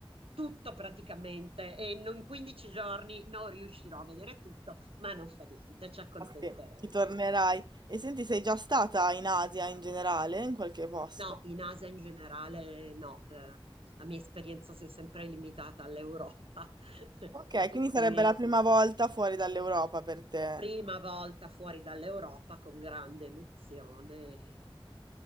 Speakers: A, on the right (about 75°); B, on the right (about 50°).
A: tutto praticamente e non- in 15 giorni non riuscirò a vedere tutto, ma non fa niente, ci accontenteremo.
B: ah sì, ci tornerai. E senti, sei già stata in Asia in generale, in qualche posto?
A: No, in Asia in generale no, eh, la mia esperienza si è sempre limitata all'Europa, <laughs>
B: Ok,
A: per
B: quindi
A: cui
B: sarebbe la prima volta fuori dall'Europa per te.
A: prima volta fuori dall'Europa con grande emozione. e-